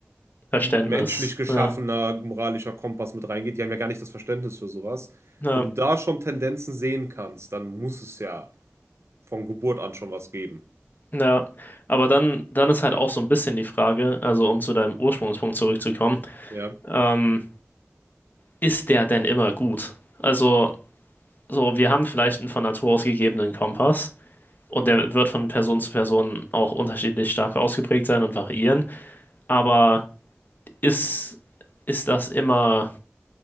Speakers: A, on the left; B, on the right.
A: Verständnis.
B: menschlich geschaffener
A: Ja,
B: moralischer Kompass mit reingeht. Die haben ja gar nicht das Verständnis für sowas.
A: ja,
B: Wenn du da schon Tendenzen sehen kannst, dann muss es ja von Geburt an schon was geben.
A: ja. Aber dann, dann ist halt auch so ein bisschen die Frage, also um zu deinem Ursprungspunkt zurückzukommen,
B: Ja.
A: ähm, ist der denn immer gut? Also, so, wir haben vielleicht einen von Natur aus gegebenen Kompass. Und der wird von Person zu Person auch unterschiedlich stark ausgeprägt sein und variieren. Aber ist, ist das immer